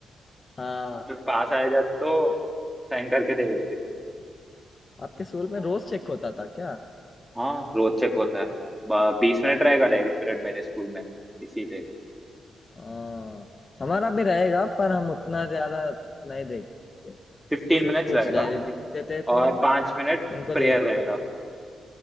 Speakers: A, on the left; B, in the centre.
A: हाँ
B: जब पास आया जाते तो साइन करके दे देते
A: आपके स्कूल में रोज चेक होता था क्या
B: हाँ रोज चेक होता है बीस मिनट रहेगा डायरी पीरियड मेरे स्कूल में इसीलिए
A: हाँ हमारा भी रहेगा पर हम उतना ज्यादा नहीं देखते थे
B: फिफ्टीन
A: सिर्फ
B: मिनट्स
A: कुछ
B: रहेगा
A: डायरी लिख देते
B: और
A: थे
B: पांच मिनट
A: उनको
B: प्रेयर
A: दे देते
B: रहेगा
A: थे